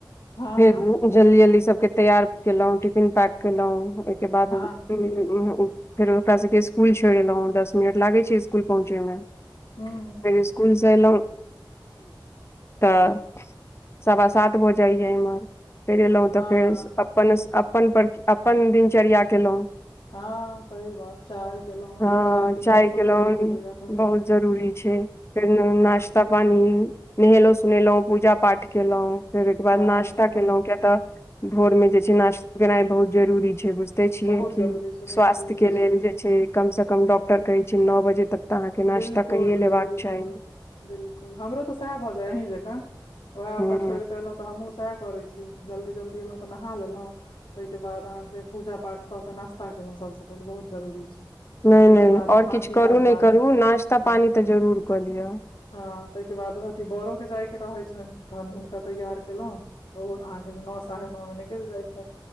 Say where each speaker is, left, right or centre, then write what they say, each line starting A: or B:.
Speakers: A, on the left; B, on the left.
A: हँ
B: फेर
A: हँ
B: जल्दी जल्दी सबके तैयार केलहुँ टिफिन पैक केलहुं के बाद
A: हँ
B: फेर ओकरा सभके स्कुल छोड़ एलहुँ दस मिनट लागै छै स्कुल पहुँचे में फेर
A: हूँ
B: स्कूल से एलहु त सवा सात भऽ जाइया एहिमें फेर एलहुँ
A: हँ
B: तऽ फेर अपन अपन पर अपन दिनचर्या केलहुँं
A: हँ सही बात चाय केलहु
B: हँ
A: चाय पीनाइ तऽ सबस
B: केलहुँ
A: जरूरी होइया सबके
B: बहुत जरूरी छै फेर
A: हँ
B: नाश्ता पानी नहेलहुँ सुनेलहुँ पूजा पाठ केलहुँ फेर ओहिके बाद
A: हँ
B: नाश्ता
A: हँ
B: केलहुँ किया तऽ भोर में जे छै नाश्ता केनाइ बहुत जरूरी छै बुझते छियै
A: बहुत
B: कि
A: जरूरी छै बहुत
B: स्वास्थ्य
A: जरूरी
B: के
A: छै
B: लेल जे कम से कम डॉक्टर कहै छै नओ बजे तक तऽ अहाँके नाश्ता
A: बिल्कुल
B: कहिये लेबाक
A: बिल्कुल
B: चाही
A: बिल्कुल हमरो तऽ सएह भए जाय अहीं जका उएह
B: हूँ
A: ओकरा छोड़ क तऽ हमहँ सएह करै छी जल्दी जल्दी अयलहुँ तऽ नहा लेलहुँ तहिके बाद अहाँके पूजा पाठ कऽ के नाश्ता केलहुॅं सभसँ पहिले बहुत जरूरी छै
B: नहि
A: ताहिके
B: नहि
A: बाद
B: आओर
A: बाँकी
B: किछु करू
A: काज
B: नहि
A: बादमे
B: करू नाश्ता
A: हँ
B: पानी तऽ जरूर कऽ लिअ
A: हँ तहिके बाद अथि बड़ोके जायके रहैत छनि तहन हुनका तैयार केलहु तऽ ओहो अहाँके नओ साढ़े नओमे निकलि जाइत छै